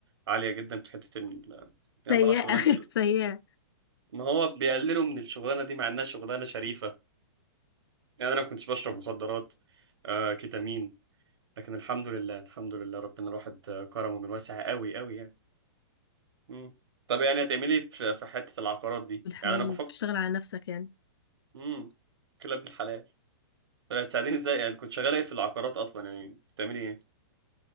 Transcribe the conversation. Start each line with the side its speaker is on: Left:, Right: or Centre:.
Right: عاليه جدا في حته ال... يلا
Left: سيئة
Right: بقى شغلانتي
Left: <laughs> سيئة
Right: ما هو بيقللوا من الشغلانه دي مع انها شغلانه شريفه يعني انا ما كنتش بشرب مخدرات آه كيتامين لكن الحمد لله الحمد لله ربنا الواحد آه، كرمه من واسع قوي قوي يعني مم. طب يعني هتعملي إيه في في حته العقارات دي
Left: بالحلال
Right: يعني انا بفكر
Left: وبتشتغل على نفسك يعني
Right: امم كلاب الحلال طب هتساعديني ازاي يعني كنت شغاله ايه في العقارات اصلا يعني بتعملي ايه